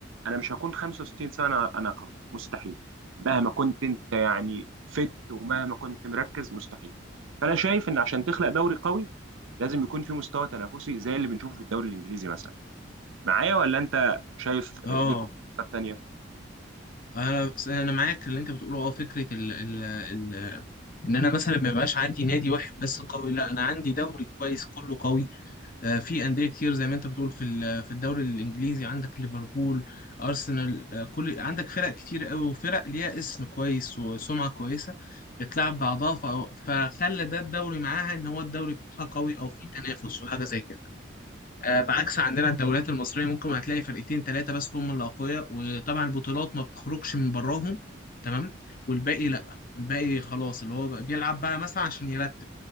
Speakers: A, on the right; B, on the left.
A: انا مش هكون 65 سنه انا قوي مستحيل مهما كنت انت يعني فت ومهما كنت مركز مستحيل فانا شايف ان عشان تخلق دوري قوي لازم يكون في مستوى تنافسي زي اللي بنشوفه في الدوري الانجليزي مثلا معايا ولا انت شايف
B: اه
A: ليك افكار تانية
B: انا انا معاك في اللي انت بتقوله اه فكره ال ال ال ان انا مثلا ما يبقاش عندي نادي واحد بس قوي لا انا عندي دوري كويس كله قوي آه، في انديه كتير زي ما انت بتقول في ال- في الدوري الانجليزي عندك ليفربول ارسنال آه، كل عندك فرق كتير قوي وفرق ليها اسم كويس وسمعه كويسه بتلعب بعضها ف- فخلى ده الدوري معاها ان هو الدوري بتاعها قوي او في تنافس وحاجه زي كده آه، بعكس عندنا الدوريات المصرية ممكن هتلاقي فرقتين ثلاثة بس هم اللي أقوياء وطبعا البطولات ما بتخرجش من براهم تمام والباقي لأ الباقي خلاص اللي هو بقى بيلعب بقى مثلا عشان يرتب